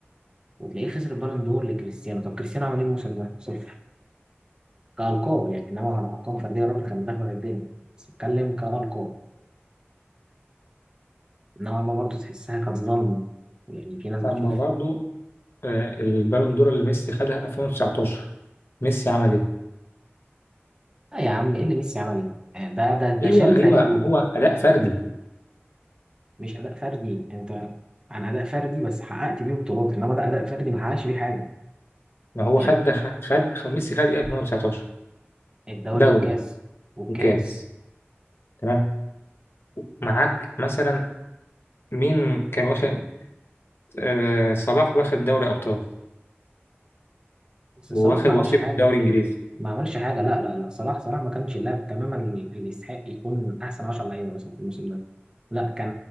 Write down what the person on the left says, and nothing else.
لما
برضو آه، البالون دور اللي ميسي خدها في 2019 ميسي عمل ايه؟
ايوه
ايوه ما هو اداء فردي
ما هو
خد ده خد خد ميسي خد ايه في 2019
دوري
وكاس تمام معاك مثلا مين كان واخد آه صلاح واخد دوري ابطال
وواخد
وصيف
دوري انجليزي